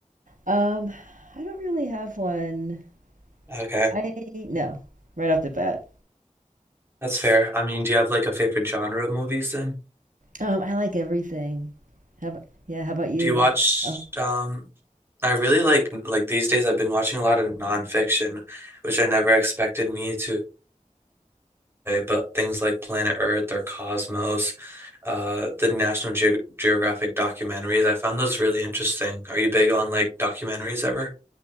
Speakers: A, on the right; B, on the right.
A: um, I don't really have one.
B: Okay,
A: I no, right off the bat.
B: that's fair. I mean, do you have like a favorite genre of movies then?
A: Um, I like everything. How about, yeah, how about you?
B: Do you watch?
A: Oh,
B: Um, I really like like these days. I've been watching a lot of nonfiction, which I never expected me to. way, but things like Planet Earth or Cosmos, uh, the National Ge Geographic documentaries, I found those really interesting. Are you big on like documentaries ever?